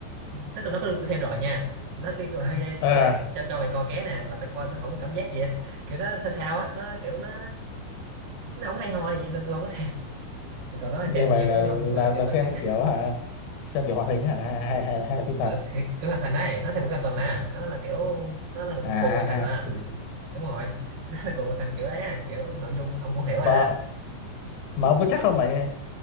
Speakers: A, on the right; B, on the left.
A: tức là nó có đưa tôi xem rồi nha nó kêu kêu, "Ê, ê, vô
B: à
A: đây cho cho mày coi ké nè mà tao coi tôi không có cảm giác gì á." <laughs> kiểu nó sao sao á nó kiểu nó nó không hay ho gì nên tôi không có còn nó là
B: ghê
A: xem
B: vậy
A: nhiều
B: là
A: lắm nhưng
B: là,
A: mà cái
B: là
A: mà
B: xem
A: cái <laughs>
B: kiểu hả xem kiểu hoạt hình hả hay, hay, hay là phim thật
A: ở cái, cái hoạt hình này nó xem cái hoạt hình mà nó là kiểu nó là
B: à
A: cùng hoạt hình mà
B: ui giời.
A: đúng rồi <laughs> nó là cùng hoạt hình kiểu đấy á kiểu nội dung ông cũng hiểu rồi
B: mà
A: đó
B: mà ông có chắc không mà